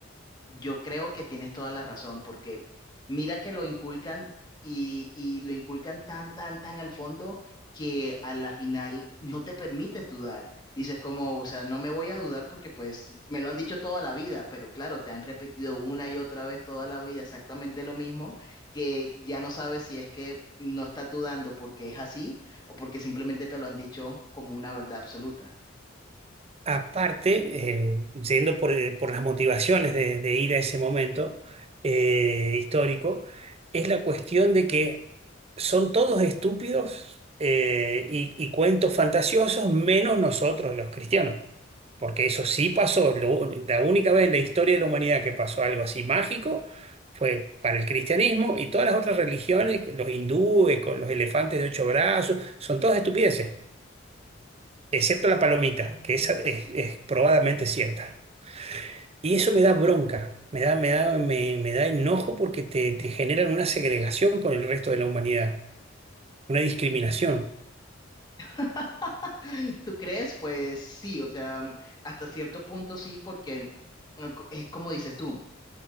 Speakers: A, on the left; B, on the right.
A: Yo creo que tienes toda la razón, porque mira que lo inculcan y, y lo inculcan tan, tan, tan al fondo que a la final no te permites dudar. Dices como, o sea, no me voy a dudar porque pues me lo han dicho toda la vida, pero claro, te han repetido una y otra vez toda la vida exactamente lo mismo, que ya no sabes si es que no estás dudando porque es así o porque simplemente te lo han dicho como una verdad absoluta.
B: Aparte, eh, yendo por, eh, por las motivaciones de, de ir a ese momento eh, histórico, es la cuestión de que son todos estúpidos eh, y, y cuentos fantasiosos, menos nosotros los cristianos. Porque eso sí pasó. Lo- la única vez en la historia de la humanidad que pasó algo así mágico fue para el cristianismo y todas las otras religiones, que los hindúes con los elefantes de ocho brazos, son todas estupideces excepto la palomita, que esa es, es probadamente cierta. Y eso me da bronca, me da, me da, me, me da enojo porque te, te generan una segregación con el resto de la humanidad, una discriminación.
A: <laughs> ¿Tú crees? Pues sí, o sea, mm, hasta cierto punto sí, porque no co- es como dices tú,